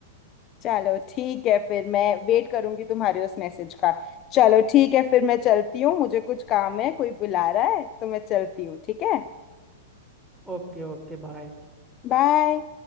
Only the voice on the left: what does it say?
चलो ठीक है फिर मैं वेट करूंगी तुम्हारे उस मैसेज का चलो ठीक है फिर मैं चलती हूँ मुझे कुछ काम है कोई बुला रहा है तो मैं चलती हूँ ठीक है
बाय